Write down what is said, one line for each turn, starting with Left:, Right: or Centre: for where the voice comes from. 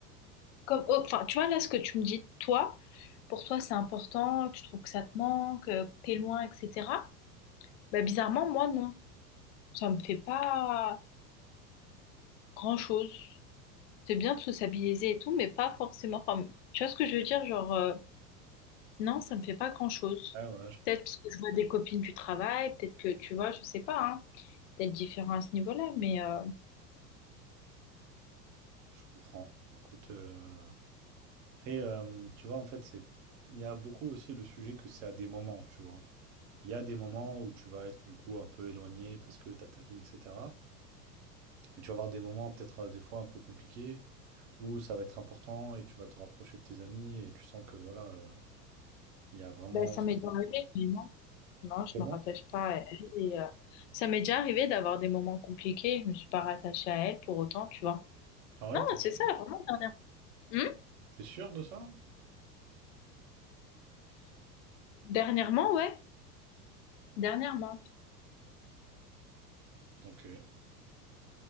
Left: Comme, oh, enfin, tu vois, là, ce que tu me dis, toi, pour toi, c'est important, tu trouves que ça te manque, euh, que t'es loin, etc. Bah, bizarrement, moi, non. Ça me fait pas grand-chose. C'est bien de sociabiliser et tout, mais pas forcément. Enfin, tu vois ce que je veux dire? Genre, euh, non, ça me fait pas grand-chose.
Right: Ouais, ouais, je comprends.
Left: Peut-être parce que je vois des copines du travail, peut-être que, tu vois, je sais pas, hein, peut-être différent à ce niveau-là, mais... euh,
Right: Je comprends. Écoute. euh, Après, euh, tu vois, en fait, c'est, il y a beaucoup aussi le sujet que c'est à des moments, tu vois. Il y a des moments où tu vas être du coup un peu éloigné parce que tu as ta vie, etc. Et tu vas avoir des moments peut-être euh, des fois un peu compliqués où ça va être important et tu vas te rapprocher de tes amis et tu sens que voilà, euh, il y a vraiment
Left: Ben, ça
Right: ce...
Left: m'est déjà arrivé, mais non. Non, je
Right: Comment?
Left: me rattache pas à elle. Et, euh, ça m'est déjà arrivé d'avoir des moments compliqués. Je me suis pas rattachée à elle pour autant, tu vois.
Right: Ah ouais,
Left: Non,
Right: t'es
Left: c'est
Right: sûr?
Left: ça, vraiment dernière. Hmm
Right: T'es sûr de ça?
Left: Dernièrement, ouais. Dernièrement.
Right: Ok,